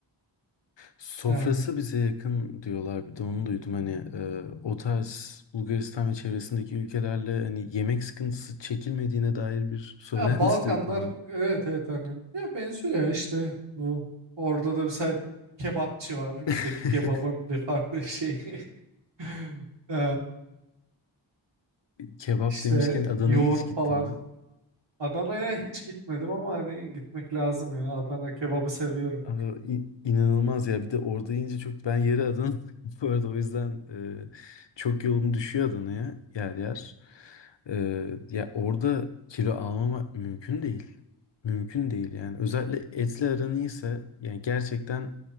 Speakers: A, on the left; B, on the right.
A: Sofrası
B: yani.
A: bize yakın diyorlar. Bir de onu duydum. Hani e, o tarz Bulgaristan ve çevresindeki ülkelerle hani yemek sıkıntısı çekilmediğine dair bir söylenti
B: Ya Balkanlar
A: <laughs> duydum. ha.
B: evet evet hani ya benziyor ya işte bu orada da mesela kebapçı var.
A: <laughs>
B: Bizdeki kebabın bir farklı şeyi. <laughs> E,
A: Kebap
B: işte
A: demişken Adana'ya
B: yoğurt
A: hiç gittin
B: falan.
A: mi?
B: Adana'ya hiç gitmedim ama hani gitmek lazım ya. Adana kebabı seviyorum.
A: Abi, in- inanılmaz ya. Bir de orada yiyince çok ben yeri Adana <laughs> bu arada o yüzden e, çok yolum düşüyor Adana'ya yer yer. E, ya orada kilo almamak mümkün değil. Mümkün değil yani. Özellikle etli aran iyiyse yani gerçekten